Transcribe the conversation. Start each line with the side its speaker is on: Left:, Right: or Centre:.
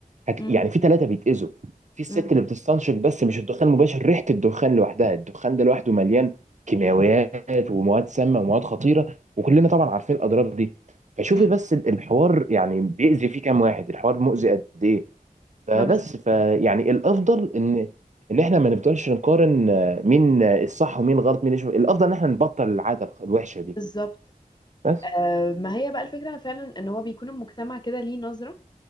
Right: هت...
Left: مم.
Right: يعني في ثلاثة بيتأذوا في الست
Left: مم.
Right: اللي بتستنشق بس مش الدخان المباشر ريحة الدخان لوحدها الدخان ده لوحده مليان كيماويات ومواد سامة ومواد خطيرة وكلنا طبعا عارفين الأضرار دي فشوفي
Left: مم.
Right: بس ال- الحوار يعني بيأذي فيه كام واحد الحوار مؤذي قد إيه فبس
Left: ما بز...
Right: فيعني الافضل ان ان احنا ما نفضلش نقارن آه، مين آه، الصح ومين غلط مين يشوف الافضل
Left: مم.
Right: ان احنا نبطل العاده الخ- الوحشه دي
Left: بالظبط
Right: بس
Left: آه ما هي بقى الفكرة فعلا إن هو بيكون المجتمع كده ليه نظرة